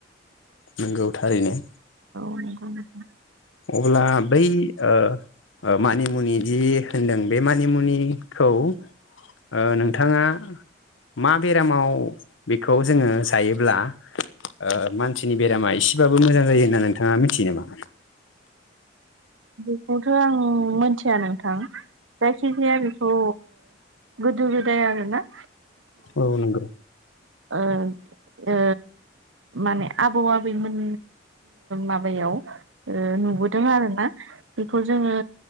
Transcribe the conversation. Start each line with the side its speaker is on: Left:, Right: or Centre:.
Left: नोंगौ थारैनो।
Right: औ नंगौ नंगौ।
Left: अब्ला बै ओ ओ मानिमुनि जि होनदों बे मानिमुनिखौ ओ नोंथाङा मा बेरामाव बेखौ जोङो जायोब्ला ओ मानसिनि बेरामा एसेबाबो मोजां जायो होनना नोंथाङा मिथियो नामा?
Right: बेखौथ' आं मिथिया नोंथां। जायखि जाया बेखौ गोदो गोदाय आरो ना
Left: औ नोंगौ।
Right: ओ ओ माने आबौ आबैमोन माबायव ओ नुबोदों आर ना। बेखौ जोङो